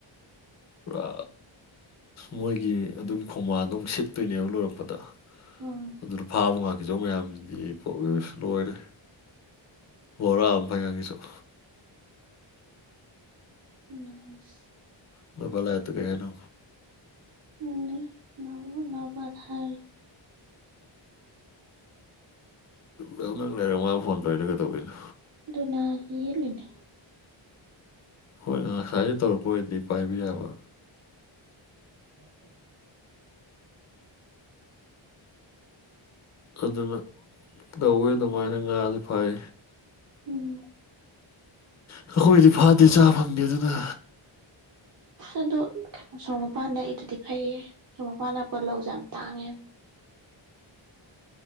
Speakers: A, on the left; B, on the right.
A: ꯄꯨꯔꯥ ꯃꯣꯏꯒꯤ ꯑꯗꯨꯒꯤ ꯈꯣꯡꯕꯥꯜꯗꯣ ꯑꯃꯨꯛ ꯁꯤꯠꯇꯣꯏꯅꯦꯕ ꯂꯣꯏꯔꯛꯄꯗ
B: ꯎꯝ
A: ꯑꯗꯨꯗ ꯐꯥꯕ ꯉꯥꯛꯀꯤꯖꯧ ꯃꯌꯥꯝꯖꯤꯗꯤ <unintelligible> ꯂꯣꯏꯔꯦ ꯕꯣꯔꯃꯥ ꯐꯥꯏ ꯉꯥꯀꯤꯆꯧ
B: ꯎꯝ <unintelligible>
A: ꯅꯣꯏꯕꯥ ꯂꯥꯑꯦꯇꯨ ꯀꯩ ꯍꯥꯏꯅꯣ
B: <unintelligible>
A: ꯌꯥꯝ ꯅꯛ ꯂꯩꯔꯦ ꯃꯥꯅ ꯐꯣꯟ ꯇꯧꯔꯤꯗꯣ ꯀꯩꯗꯧꯕꯤꯅꯣ
B: ꯑꯗꯨꯅꯦ ꯍꯥꯏꯖꯦ ꯌꯦꯠꯂꯤꯅꯦ
A: ꯍꯣꯏ ꯉꯁꯥꯏꯗ ꯇꯧꯔꯛꯄ ꯑꯣꯏꯔꯗꯤ ꯄꯥꯏꯕ ꯌꯥꯕ
B: <unintelligible>
A: ꯑꯗꯨꯅ ꯇꯧꯋꯦ ꯑꯗꯨꯃꯥꯏꯅ ꯉꯥꯍꯟ ꯐꯥꯏ
B: ꯎꯝ
A: ꯑꯩꯈꯣꯏꯗꯤ ꯐꯥꯗꯦ ꯆꯥ ꯐꯪꯗꯦ ꯑꯗꯨꯅ
B: ꯑꯗꯣ ꯀꯩꯅꯣ ꯁꯣꯔꯣꯛ ꯃꯄꯥꯟ ꯅꯛꯏꯗꯨꯗꯤ ꯐꯩꯌꯦ ꯁꯣꯔ ꯃꯄꯥꯟ ꯅꯛꯄ ꯂꯧꯁꯦ ꯌꯥꯝ ꯇꯥꯡꯉꯦ